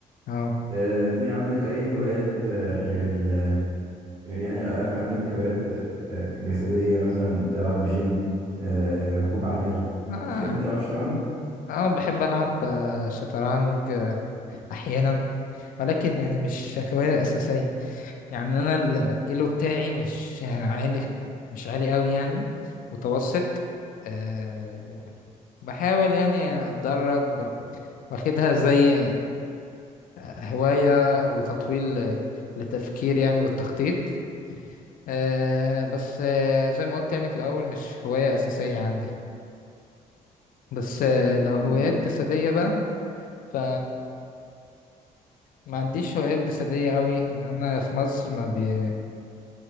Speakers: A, on the left; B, on the right.
A: اه
B: آه، في عندك أي هوايات آه، غير ال غير يعني الألعاب في عندك هوايات آه، جسدية مثلا تلعب جيم آه، ركوب عجل
A: اه
B: بتحب تلعب شطرنج؟
A: آه، بحب ألعب آه، شطرنج آه، احيانا ولكن يعني مش هواية أساسية يعني أنا الإيلو بتاعي مش عالي مش عالي أوي يعني متوسط أه بحاول يعني أتدرب واخدها زي هواية وتطويل لتفكير يعني والتخطيط أه بس أه زي ما قلت يعني في الأول مش هواية أساسية عندي بس أه لو
B: مم.
A: هوايات جسدية بقى ف ما عنديش هوايات جسدية أوي لأن أنا في مصر ما بي